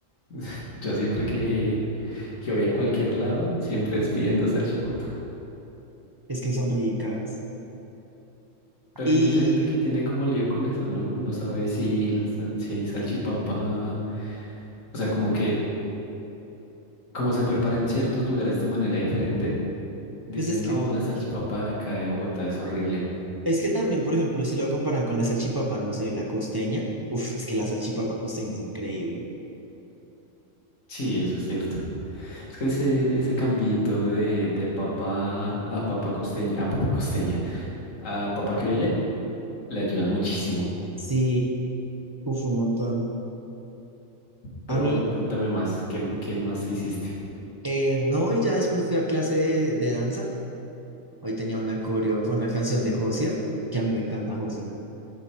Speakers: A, on the left; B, on the right.
A: <laughs> Yo siempre que, que voy a cualquier lado, siempre es pidiendo salchipapa.
B: Es que son ricas.
A: Pero
B: Y
A: hay mucha gente que tiene como lío con eso, ¿no? No sabe si las, si hay salchipapa, o sea, como que como se prepara en ciertos lugares de manera diferente, dicen,
B: pues es que,
A: no, la salchipapa de acá de Bogotá es horrible.
B: es que también, por ejemplo, si lo comparan con la salchipapa, no sé, la costeña. Uf, es que la salchipapa costeña es increíble.
A: Sí, eso es cierto. Es que ese, ese cambito de, de papa a papa costeña, a papa costeña, a papa criolla, le ayuda muchísimo.
B: Sí, uf, un montón.
A: Pero
B: A mí,
A: bueno, cuéntame más, ¿qué, qué más hiciste?
B: eh, no, y ya después fui a clase de de danza. Hoy tenía una coreo con una canción de Josier, que a mí me encanta Josier.